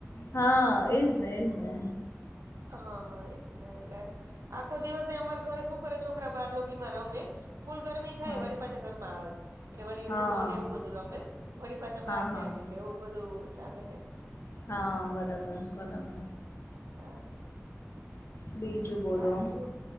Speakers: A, on the left; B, on the right.
A: હા એજ ને એજ ને
B: હા હા એજ એટલે આખો દિવસે અમારે ઘરે શું કરે છોકરા બહાર લોબી માં રમે ફૂલ ગરમી
A: હા
B: થાય વરી પાછા ઘરમાં આવે કે વળી
A: હા
B: નો ને એવું બધું રમે વળી પાછા
A: હા
B: બહાર
A: હા
B: જાય ને એટલે એવું બધું ચાલે
A: હા બરાબર બરાબર
B: પચાસ
A: બીજું બોલો
B: સારું